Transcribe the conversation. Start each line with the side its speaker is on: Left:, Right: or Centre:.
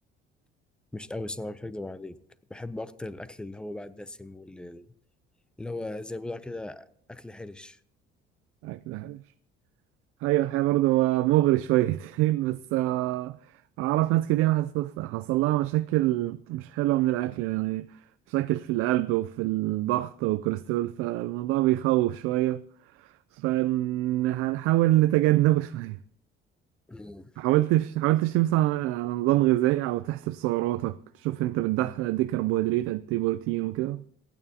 Centre: مش قوي صراحه مش هكدب عليك بحب اكتر الاكل اللي هو بقى الدسم واللي اللي هو زي ما بيقولوا كده اكل حرش
Right: آه، كده حاجة هي الحقيقة برضه هو مغري شويتين <laughs> بس آه، أعرف ناس كتير حصل حصل لها مشاكل مش حلوة من الأكل يعني مشاكل في القلب وفي الضغط والكوليسترول فالموضوع بيخوف شوية فهنحاول نتجنبه شوية
Centre: مم.
Right: حاولتش حاولتش تمشي على على نظام غذائي أو تحسب سعراتك تشوف أنت بتدخل قد إيه كربوهيدرات قد إيه بروتين وكده